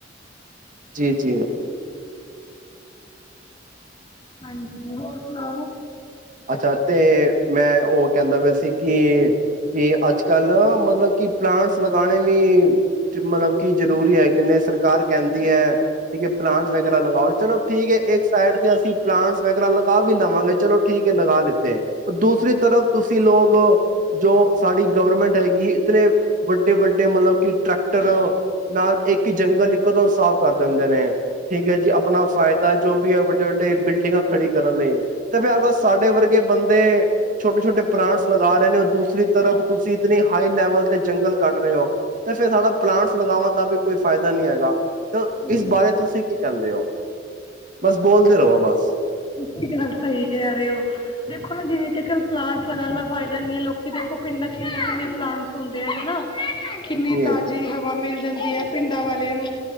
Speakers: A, on the right (about 45°); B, on the left (about 25°).
A: ਜੀ ਜੀ
B: ਹਾਂਜੀ ਹੋਰ ਸੁਣਾਓ
A: ਅੱਛਾ ਤੇ ਮੈਂ ਉਹ ਕਹਿੰਦਾ ਪਿਆ ਸੀ ਕਿ ਕਿ ਅੱਜ ਕੱਲ ਮਤਲਬ ਕਿ ਪਲਾਂਟਸ ਲਗਾਣੇ ਵੀ ਮਤਲਬ ਕੀ ਜਰੂਰੀ ਹੈਗੇ ਨੇ ਸਰਕਾਰ ਕਹਿੰਦੀ ਹੈ ਕਿ ਪਲਾਂਟ ਵਗੈਰਾ ਲਗਾਓ ਚਲੋ ਠੀਕ ਹੈ, ਇੱਕ ਸਾਈਡ ਤੇ ਅਸੀਂ ਪਲਾਂਟਸ ਵਗੈਰਾ ਲਗਾ ਵੀ ਲਵਾਂਗੇ ਚਲੋ ਠੀਕ ਹੈ ਲਗਾ ਲਿੱਤੇ ਹੈ, ਦੂਸਰੀ ਤਰਫ ਤੁਸੀਂ ਲੋਕ ਜੋ ਸਾਡੀ ਗਵਰਮੈਂਟ ਹੈਗੀ ਇਤਨੇ ਵੱਡੇ ਵੱਡੇ ਮਤਲਬ ਕਿ ਟਰੈਕਟਰ ਨਾਲ ਇੱਕ ਹੀ ਜੰਗਲ ਇੱਕੋਦਮ ਸਾਫ਼ ਕਰ ਦਿੰਦੇ ਨੇ ਠੀਕ ਹੈ ਜੀ ਆਪਣਾ ਫਾਇਦਾ ਜੋ ਵੀ ਹੈ ਵੱਡੇ ਵੱਡੇ ਬਿਲਡਿੰਗਾਂ ਖੜੀ ਕਰਨ ਲਈ ਐ, ਤਾਂ ਫਿਰ ਅਗ ਸਾਡੇ ਵਰਗੇ ਬੰਦੇ ਛੋਟੇ ਛੋਟੇ ਪਲਾਂਟਸ ਲਗਾ ਰਹੇ ਨੇ, ਦੂਸਰੀ ਤਰਫ ਤੁਸੀਂ ਇਤਨੀ ਹਾਈ ਲੈਵਲ ਤੇ ਜੰਗਲ ਕੱਟ ਰਹੇ ਹੋ ਤੇ ਫਿਰ ਸਾਡਾ ਪਲਾਂਟਸ ਲਗਾਵਉਣ ਦਾ ਵੀ ਕੋਈ ਫਾਇਦਾ ਨਹੀਂ ਹੈਗਾ ਤਾਂ
B: ਬਿਲਕੁਲ
A: ਇਸ ਬਾਰੇ ਤੁਸੀਂ ਕੀ ਕਹਿੰਦੇ ਹੋ ਬਸ ਬੋਲਦੇ ਰਹੋ ਬਸ
B: ਤੁਸੀਹੀ ਗੱਲ ਸਹੀ ਕਹਿ ਰਹੇ ਹੋ ਦੇਖੋ ਨਾ ਜਿਵੇਂ ਕਿ ਚੱਲ ਪਲਾਂਟਸ ਲਗਾਣ ਦਾ ਫਾਇਦਾ ਨੀ ਹੈ ਲੋਕੀ ਦੇਖੋ ਪਿੰਡਾਂ ਕਿੰਨੇ ਕਿੰਨੇ ਪਲਾਂਟਸ ਹੁੰਦੇ ਹੈਨਾ ਕਿੰਨੀ
A: ਜੀ,
B: ਤਾਜ਼ੀ ਹਵਾ ਮਿਲ ਜਾਂਦੀ ਹੈ ਪਿੰਡਾਂ ਵਾਲਿਆਂ ਨੂੰ